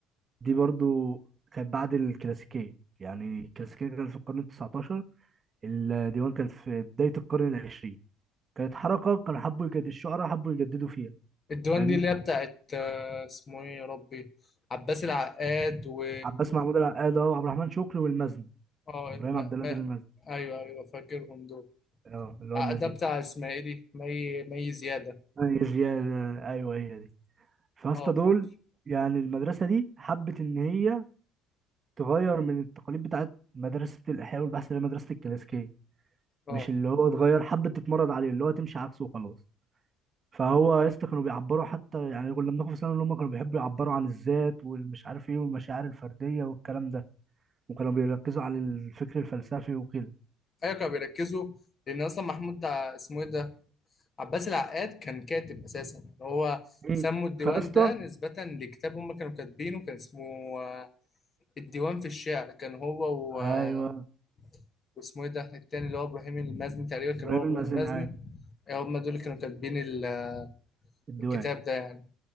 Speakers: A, on the right; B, on the left.
A: دي برضو كانت بعد الكلاسيكية يعني الكلاسيكية كانت في القرن التسعتاشر الديوان كانت في بداية القرن العشرين كانت حركة كانوا حبوا يجددوا الشعراء حبوا يجددوا فيها
B: الديوان
A: فاهمني
B: دي اللي هي بتاعت آه، اسمه ايه يا ربي عباس العقاد و
A: عباس محمود العقاد وعبد الرحمن شكري والمزني
B: اه
A: ابراهيم
B: ما...
A: عبد القادر
B: ما...
A: المزني
B: ايوه ايوه فاكرهم دول
A: اه اللي
B: آه،
A: هو المزني
B: ده بتاع اسمها ايه دي مي مي زياده
A: هي زيادة أيوه هي دي فاسطى
B: اه
A: دول
B: فاكر
A: يعني المدرسة دي حبت إن هي تغير من التقاليد بتاعت مدرسة الإحياء والبحث اللي هي مدرسة الكلاسيكية
B: اه
A: مش اللي هو اتغير حبت تتمرد عليه اللي هو تمشي عكسه وخلاص فهو يا اسطى كانوا بيعبروا حتى يعني كنا بناخد في ثانوي اللي هم كانوا بيحبوا يعبروا عن الذات والمش عارف ايه والمشاعر الفردية والكلام ده وكانوا بيركزوا على الفكر الفلسفي وكده
B: ايوه كانوا بيركزوا لان اصلا محمود ده اسمه ايه ده عباس العقاد كان كاتب اساسا يعني هو
A: مين
B: سموا الديوان
A: فيا اسطى
B: ده نسبة لكتاب هم كانوا كاتبينه كان اسمه آه، الديوان في الشعر كان هو و...
A: ايوه
B: آه، واسمه ايه ده التاني اللي هو ابراهيم المزني تقريبا
A: ابراهيم
B: كان هو ابراهيم
A: المازني
B: المزني
A: ايوه
B: آه، هم دول اللي كانوا كاتبين ال- آه،
A: الديوان
B: الكتاب ده يعني